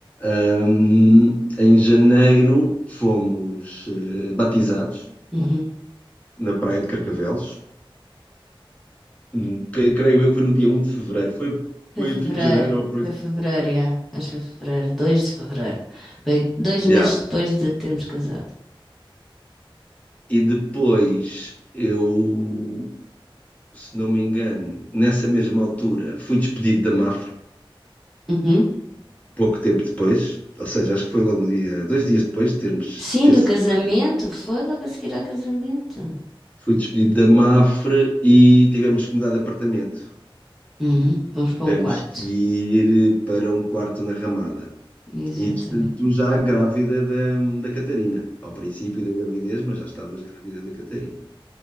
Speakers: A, on the left; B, in the centre.
A: Hum, em janeiro fomos eh, batizados
B: uhum.
A: na Praia de Carcavelos. Hum, que- creio eu que foi no dia um de fevereiro. Foi,
B: Foi
A: foi
B: fevereiro,
A: fim de janeiro ou por
B: foi
A: isso de
B: fevereiro,
A: fevereiro.
B: yeah. Acho que foi fevereiro, 2 de fevereiro. Foi dois meses
A: Já.
B: depois de termos casado.
A: E depois eu, se não me engano, nessa mesma altura fui despedido da Mafre
B: Uhum.
A: pouco tempo depois, ou seja, acho que foi logo no dia, dois dias depois de termos,
B: Sim,
A: ter
B: do
A: sido
B: casamento.
A: batido.
B: Foi logo a seguir ao casamento.
A: Fui despedido da Mafre e tivemos que mudar de apartamento.
B: Uhum. Vamos
A: Tivemos
B: para um quarto.
A: que ir para um quarto na Ramada.
B: Exatamente.
A: E entretanto, já grávida da, da Catarina, ao princípio da gravidez, mas já estavas grávida da Catarina.